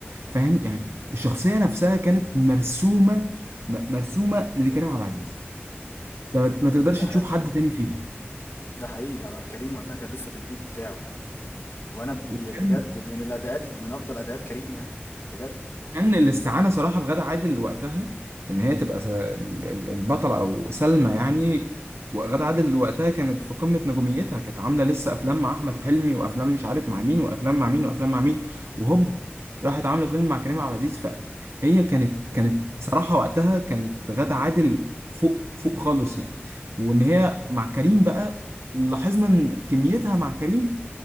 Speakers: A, on the right; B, on the left.
A: فاهم يعني الشخصية نفسها كانت مرسومة م- مرسومة لكريم عبد العزيز انت ما ما تقدرش
B: ده
A: تشوف
B: ح
A: حد تاني فيها
B: ده حقيقي بقى، كريم وقتها كان لسه في الpeak بتاعه يعني، وأنا ب
A: وكان
B: بجد من الأداءات ال من أفضل أداءات كريم يعني، بجد.
A: كان الاستعانة صراحة بغادة عادل وقتها إن هي تبقى س- ال- ال- البطلة أو سلمى يعني وغادة عادل وقتها كانت في قمة نجوميتها كانت عاملة لسه أفلام مع أحمد حلمي وأفلام مش عارف مع مين وأفلام مع مين وأفلام مع مين وهوب راحت عاملة فيلم مع كريم عبد العزيز فهي كانت كانت صراحة وقتها كانت غادة عادل فوق فوق خالص يعني وإن هي مع كريم بقى لاحظنا إن كميتها مع كريم